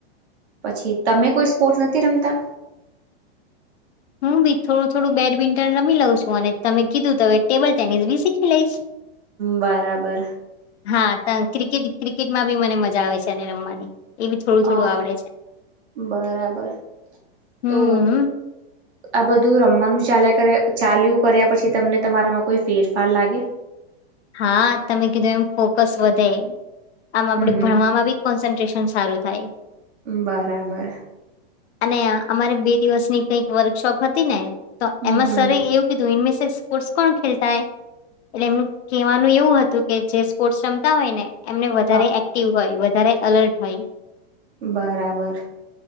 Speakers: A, on the right; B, on the left.
A: પછી તમે કોઈ સ્પોર્ટ નથી રમતા?
B: હું બી થોડું થોડું બેડમિન્ટન રમી લઉં છું અને તમે કીધું ત હવે ટેબલ ટેનિસ બી શીખી લઈશ.
A: બરાબર
B: હા તા ક્રિકેટ ક્રિકેટ માં બી મને મજા આવે છે અને રમવાની. એ બી થોડું થોડું
A: અ
B: આવડે છે.
A: બરાબર
B: હમ્મ
A: તો
B: અમ્મ.
A: આ બધું રમવાનું ચાલે કર્યા ચાલ્યું કર્યા પછી તમને તમારામાં કોઈ ફેરફાર લાગે?
B: હા, તમે કીધું એમ ફોકસ વધે. આમ આપડે
A: હમ
B: ભણવામાં બી કોન્સન્ટ્રેશ સન સારું થાય.
A: બરાબર
B: અને આહ અમારે બે દિવસની કઈક વર્કશોપ હતી ને તો
A: હમ
B: એમાં
A: હમ
B: સર રે એવું કીધું ઇમમિસિસ સ્પોર્ટસ કોન ખેલતા હૈ. એટલે એમનું કહેવાનું એવું હતું કે જે સ્પોર્ટ્સ રમતા હોય ને એમને વધારે
A: હા
B: એક્ટિવ હોય, વધારે અલર્ટ હોય.
A: બરાબર.